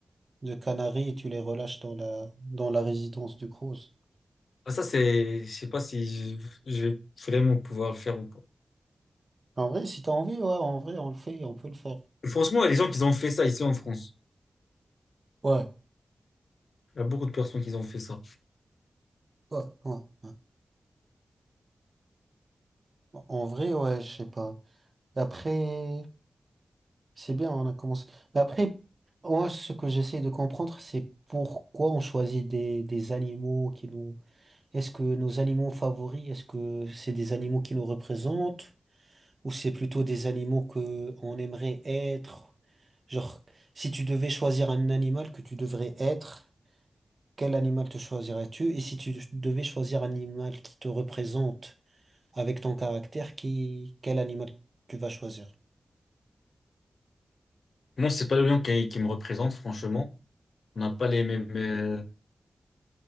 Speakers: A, on the right; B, on the left.
A: de canaries et tu les relâches dans la, dans la résidence du Crous.
B: Ah, ça, c'est, je sais pas si je, je vais vraiment pouvoir le faire ou pas.
A: En vrai, si t'as envie, ouais, en vrai, on le fait, on peut le faire.
B: Franchement, les gens qui ont fait ça ici en France,
A: Ouais,
B: il y a beaucoup de personnes qui ont fait ça.
A: ouais, ouais, ouais. En vrai, ouais, je sais pas. Après, c'est bien, on a commencé. Mais après, moi, ce que j'essaie de comprendre, c'est pourquoi on choisit des, des animaux qui nous... Est-ce que nos animaux favoris, est-ce que c'est des animaux qui nous représentent? Ou c'est plutôt des animaux que on aimerait être? Genre, si tu devais choisir un animal que tu devrais être, quel animal te choisirais-tu? Et si tu devais choisir un animal qui te représente avec ton caractère, qui, quel animal tu vas choisir?
B: Non c'est pas le lion qui, qui me représente, franchement. On n'a pas les mêmes, euh,